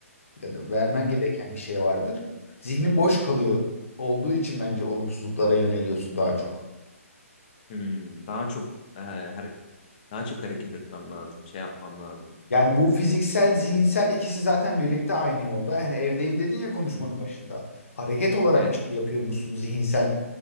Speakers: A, on the left; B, on the left.
A: ya da vermen
B: hı hı,
A: gereken bir şey vardır. Zihnin boş kalıyor olduğu için bence olumsuzluklara yöneliyorsun daha çok.
B: hmm, daha çok e, hare- daha çok hareket etmem lazım, şey yapmam lazım.
A: Yani bu fiziksel, zihinsel ikisi zaten birlikte aynı yolda. Hani evdeyim dedin ya konuşmanın
B: Hı hı.
A: başında. Hareket olarak
B: Evet.
A: bir şey yapıyor musun zihinsel